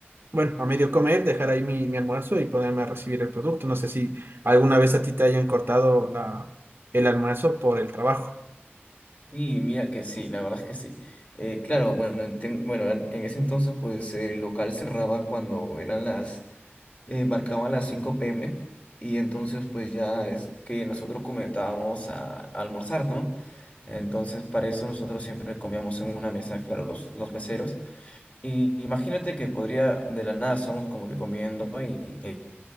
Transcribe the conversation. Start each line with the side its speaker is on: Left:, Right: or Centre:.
Right: Bueno, a medio comer, dejar ahí mi, mi almuerzo y ponerme a recibir el producto. No sé si alguna vez a ti te hayan cortado la, el almuerzo por el trabajo.
Left: Y mira que sí, la verdad es que sí. Eh, claro, bueno, en, ten- bueno, en en ese entonces pues el local cerraba cuando eran las, eh, marcaban las 5 p.m. y entonces pues ya es que nosotros comenzábamos a, a almorzar, ¿no? Entonces para eso nosotros siempre comíamos en una mesa, claro, los, los meseros. Y imagínate que podría, de la nada somos como que comiendo y, y